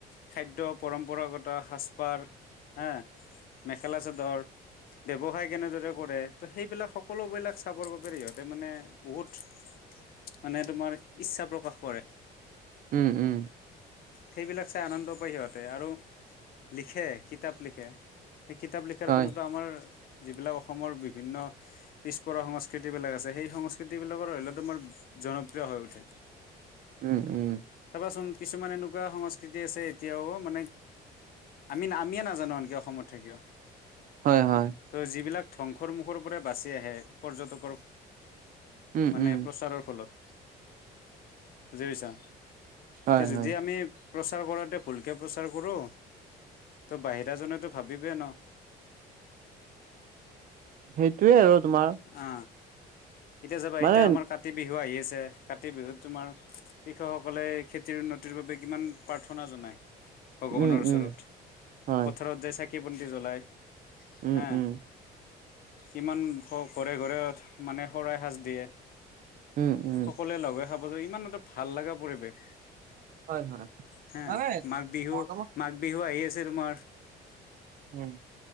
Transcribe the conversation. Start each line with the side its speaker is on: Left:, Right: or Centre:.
Left: খাদ্য পৰম্পৰাগত সাজপাৰ হা মেখেলা চাদৰ ব্যৱসায় কেনেদৰে কৰে ত সেইবিলাক সকলোবিলাক চাবৰ বাবে সিহঁতে মানে বহুত
Right: <inaudible>
Left: মানে তোমাৰ ইচ্ছা প্ৰকাশ কৰে।
Right: উম উম
Left: সেইবিলাক চাই আনন্দ পায় সিহঁতে আৰু। লিখে কিতাপ লিখে সেই কিতাপ লিখাৰ
Right: হয়
Left: ফলতো আমাৰ যিবিলাক অসমৰ বিভিন্ন পিছপৰা সংস্কৃতিবিলাক আছে সেই সংস্কৃতিবিলাকৰ ধৰিল তোমাৰ জনপ্ৰিয় হৈ উঠে
Right: উম উম
Left: চাবাচোন কিছুমান এনেকুৱা সংস্কৃতি আছে এতিয়াও মানে আমি আমিয়ে নাজানো আনকি অসমত থাকিও
Right: হয় হয়
Left: ত' যিবিলাক ধ্বংসৰ মুখৰ পৰা বাচি আহে পৰ্যটকৰ
Right: উম
Left: মানে
Right: উম
Left: প্ৰচাৰৰ ফলত বুজি পাইছা এতিয়া
Right: হয়
Left: যদি
Right: হয়।
Left: আমি প্ৰচাৰ কৰাতোৱে ভুলকে প্ৰচাৰ কৰো ত বাহিৰা জনেতো ভাবিবই ন
Right: সেইটোয়ে আৰু তোমাৰ।
Left: অ এতিয়া চাবা
Right: মানে
Left: এতিয়া আমাৰ কাতি বিহু আহি আছে, কাতি বিহুত তোমাৰ। কৃষকসকলে খেতিৰ উন্নতিৰ বাবে কিমান প্ৰাৰ্থনা জনায়। ভগৱানৰ
Right: উম
Left: ওচৰত
Right: উম হয়
Left: পথাৰত জাই চাকি- বন্তি জ্বলাই।
Right: উম
Left: হে
Right: উম
Left: কিমান ঘৰে ঘৰে মানে শৰাই সাঁজ দিয়ে।
Right: উম উম
Left: সকলোৱে লগে খাব যে ইমান এটা ভাল লগা পৰিৱেশ।
Right: হয় হয়
Left: হে
Right: মানে
Left: মাঘ বিহু
Right: বৰ্তমান
Left: মাঘ বিহু আহি আছে তোমাৰ
Right: ওম